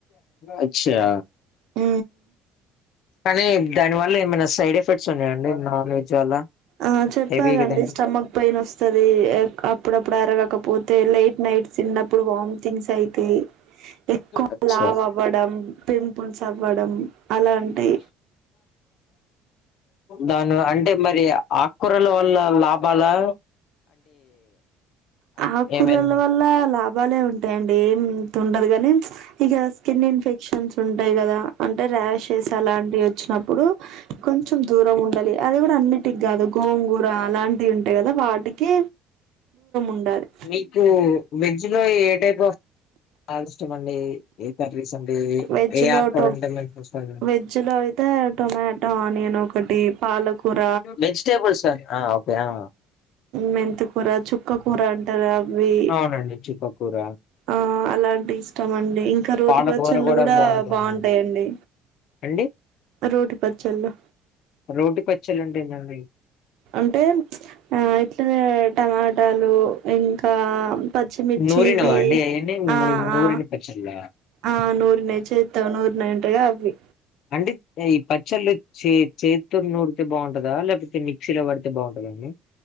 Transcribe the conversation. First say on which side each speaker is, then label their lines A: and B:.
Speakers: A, on the left; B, on the right.
A: అచ్చా
B: ఊ
A: కానీ దాని వల్ల ఏమైనా సైడ్ ఎఫెక్ట్స్ ఉన్నాయా అండి నాన్ వెజ్ వల్ల
B: ఆ చెప్పాగండి
A: హెవీ కదండి
B: స్టమక్ పెయిన్ వస్తది ఎక్ అప్పుడప్పుడు అరగకపోతే లై నైట్ తిన్నప్పుడు వాంతింగ్స్ అయితయి ఎక్కువ
A: అచ్చా
B: లావు అవ్వడం పింపుల్స్ అవ్వడం అలాంటి
A: దాని వ అంటే మరి ఆక్కూరల వల్ల లాభాలా
B: ఆక్కూరల
A: ఏమైనా
B: వల్ల లాభాలే ఉం టయండి ఏం తుందు గానీ ఇగ స్కిన్ ఇన్ఫెక్షన్స్ ఉంటాయి కదా అంటే రాష్ టెస్ అలాంటి వచ్చినప్పుడు కొంచెం దూరం ఉండాలి అది కూడా అన్నిటికి కాదు గోంగూర అలాంటి ఉంటాయి కదా వాటికి ఉండాలి
A: మీకు వెజ్ లో ఏ టైప్ అప్ ల ఇష్టం అండి ఏం కర్రీస్ అండి
B: వెజ్
A: ఏ
B: లో
A: ఆకుకూర
B: టొ
A: ఉంటే మంచిది
B: వెజ్ లో అయితే టొమాటో ఆనియన్ ఒకటి పాలకూర
A: వెజిటెబుల్స్ ఆ ఓకే ఆ
B: మెంతకూర, చుక్క కూర అంటారు అవి
A: అవునండి చుక్కకూర
B: ఆ అలాంటి ఇష్టం అండి ఇంకా రోటి
A: పాలకూర
B: పచ్చళ్ళు కూడా
A: బాగుంటదండి
B: బాగుంటాయండి
A: అండి
B: రోటి పచ్చళ్ళు
A: రోటి పచ్చళ్ళు అంటే ఏందాండీ
B: అంటే ఆ ఇట్లా టమాటాలు ఇంకా పచ్చిమిర్చి
A: నూరినవా
B: ఇవి
A: అండి అయన్నీ
B: ఆ
A: నూరిన
B: ఆ
A: పచ్చళ్ళ
B: ఆ నూరినై చేత్తో నూరినై ఉంటాయిగా అవి
A: అండి ఈ పచ్చళ్ళు చే చేత్తో నూరితే బాగుంటదా లేకపోతే మిక్సీలో పడితే బాగుంటదా అండి